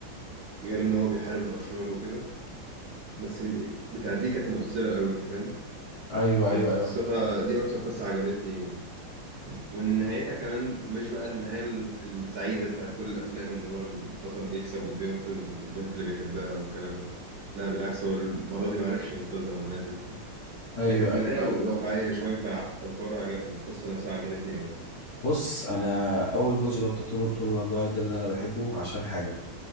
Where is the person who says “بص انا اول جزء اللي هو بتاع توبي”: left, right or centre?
Left